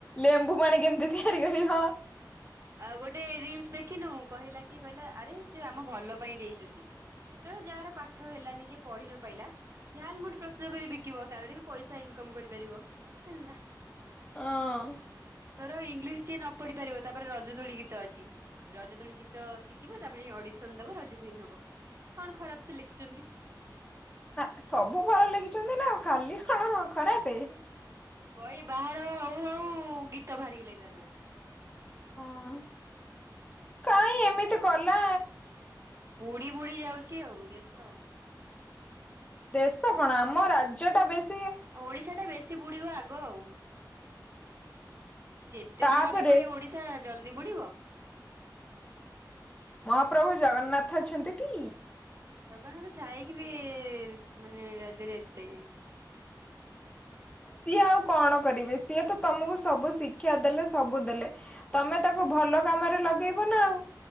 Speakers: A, on the left (about 15°); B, on the right (about 40°).
A: ଲେମ୍ବୁ ପାଣି କେମିତି ତିଆରି କରିବ।
B: ଆଉ ଗୋଟେ ରିଲ୍ସ ଦେଖିନୁ। କହିଲା କି କହିଲା ଆରେ ସେ ଆମ ଭଲ ପାଇଁ ଦେଇଛନ୍ତି। ଜଣେ ଯାହାର ପାଠ ହେଲାନି ଯିଏ ପଢି ନ ପାଇଲା। ଝାଲ ମୁଢି ପ୍ରସ୍ତୁତ କରି ବିକିବ। ତା ଦେହରେ ବି ପଇସା ଇନକମ କରିପାରିବ ହେଲା।
A: ହଁ।
B: ଧର ଇଂଗ୍ଲୀଶ ଯିଏ ନ ପଢି ପାରିବ। ତାପରେ ରଜଦୋଳି ଗୀତ ଅଛି। ରଜଦୋଳି ଗୀତ ଶିଖିବ ତାପରେ ଅଡିସନ ଦବ ରଜକୁଇନ ହବ। କଣ ଖରାପ ସେ ଲେଖିଛନ୍ତି?
A: ନା ସବୁ ଭଲ ଲେଖିଛନ୍ତି ନା। ଖାଲି କଣ ଖରାପ।
B: ବହି ବାହାର ହଉ ହଉ ଗୀତ ବାହାରି ଗଲାନି ତାନାଁରେ।
A: ହଁ। କାହିଁ
B: ଏମତି
A: ଏମିତି
B: ଛା
A: କଲା
B: ବୁଡି ବୁଡି ଯାଉଛି ଆଉ ଦେଶ ଆଉ।
A: ଦେଶ କଣ ଆମ ରାଜ୍ୟ ଟା ବେଶ୍
B: ଉ ଓଡିଶା ଟା ବେଶୀ ବୁଡିବ ଆଗ ଆଉ। ଯେତେ
A: ତାପରେ
B: ଯାହାହେଲେ କଣ ଓଡିଶା ଜଲଦି ବୁଡିବ। ହୁଁ
A: ମହାପ୍ରଭୁ ଜଗନ୍ନାଥ ଅଛନ୍ତିଟି।
B: ଜଗନ୍ନାଥ ଥାଇକି ବି ମାନେ ରାଜ୍ୟରେ ଏତେ ଇଏ।
A: ସିଏ ଆଉ କଣ କରିବେ। ସିଏ ତ ତମକୁ ସବୁ ଶିକ୍ଷା ଦେଲେ ସବୁ ଦେଲେ। ତମେ ତାକୁ ଭଲ କାମରେ ଲଗେଇବ ନା ଆଉ।